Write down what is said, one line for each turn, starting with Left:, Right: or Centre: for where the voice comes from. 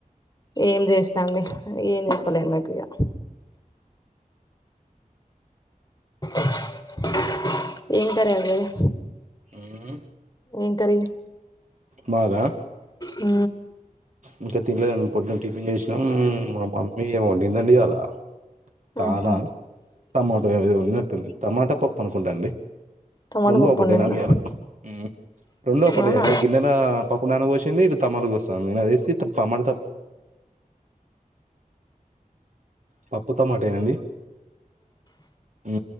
Left: ఏం చేస్తానండి ఏం చెప్పలేం మీకు ఇగ <unintelligible> ఏం కర్రి అండి మీది.
Right: ఉహ్
Left: ఏం కరీ
Right: మాదా
Left: ఆ
Right: ఇంకా తినలేదు పొద్దున్న టిఫిన్ చేసినం మమ్మీ ఏమోండిందండి ఇయాల తాల
Left: ఊహూ
Right: టమాటో ఏమి ఉట్టుంది టమాటా పప్పు అనుకుంటాండి.
Left: టమాటా
Right: రెండో
Left: పప్పు
Right: ఒకటినా
Left: వండిందా
Right: ఇయలా ఊ రెండో ఒకటి
Left: అవునా
Right: అండి గిన్నెల పప్పు నానబోసింది. తమలుగు వస్తాంది నరేష్ తప్ప మారద పప్పుటమాటె నండి ఊ